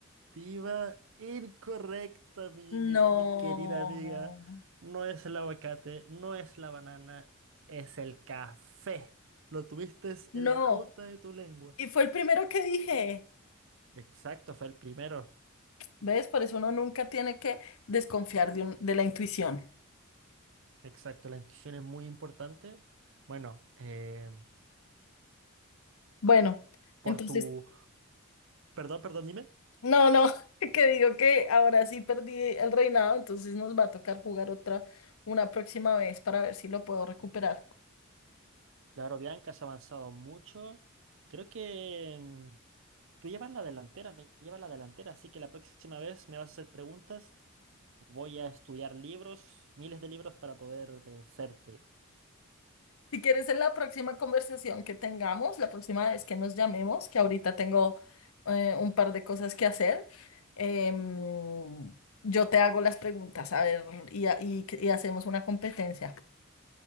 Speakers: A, on the right; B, on the left.
A: Respuesta incorrecta, mi,
B: No,
A: mi, mi querida amiga. No es el aguacate, no es la banana, es el café. Lo tuviste
B: no.
A: en la punta de tu lengua.
B: Y fue el primero que dije.
A: Exacto, fue el primero.
B: ¿Ves? Por eso uno nunca tiene que desconfiar de, un- de la intuición.
A: Exacto, la intuición es muy importante. Bueno, eh,
B: Bueno,
A: por
B: entonces,
A: tu... Perdón, perdón, dime.
B: no, no, <laughs> que digo que ahora sí perdí el reinado, entonces nos va a tocar jugar otra, una próxima vez para ver si lo puedo recuperar.
A: Claro, Bianca, has avanzado mucho. Creo que mm, tú llevas la delantera, me llevas la delantera, así que la próxima vez me vas a hacer preguntas. Voy a estudiar libros, miles de libros para poder vencerte.
B: Si quieres, en la próxima conversación que tengamos, la próxima vez que nos llamemos, que ahorita tengo eh, un par de cosas que hacer, em, yo te hago las preguntas, a ver, y, ha- y y hacemos una competencia.